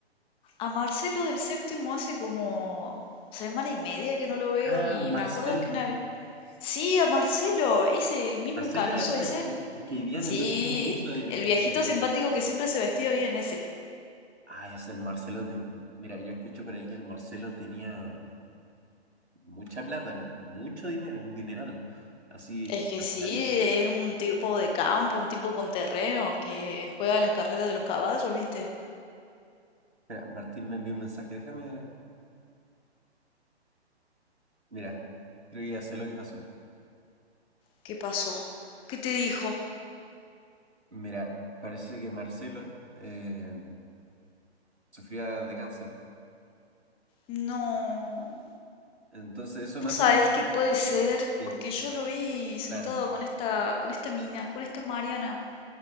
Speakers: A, on the left; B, on the right.
A: a Marcelo del Séptimo hace como semana y media que no lo veo
B: Ah,
A: y
B: Marcelo.
A: me acuerdo que una vez... Sí, a Marcelo, ese, el mismo
B: Marcelo
A: canoso
B: era ese,
A: ese.
B: el, el que vivía
A: Sí,
B: en el último piso, el
A: el viejito
B: que.
A: simpático que siempre se vestía bien ese.
B: Ah, es el Marcelo de. Mira, yo escucho por ahí que el Marcelo tenía mucha plata, un- mucho dinero, un dineral. Así
A: Es
B: exageradísimo.
A: que sí, es un tipo de campo, un tipo con terreno que juega las carreras de los caballos, ¿viste?
B: Espera, Martín me envió un mensaje, déjame. Mira, creo que ya sé lo que pasó.
A: ¿Qué pasó? ¿Qué te dijo?
B: Mira, parece que Marcelo eh, sufría de cáncer.
A: No,
B: Entonces eso me
A: vos
B: hace...
A: sabés
B: pensar-
A: que puede ser,
B: Sí,
A: porque yo lo vi sentado
B: claro.
A: con esta, con esta mina, con esta Mariana,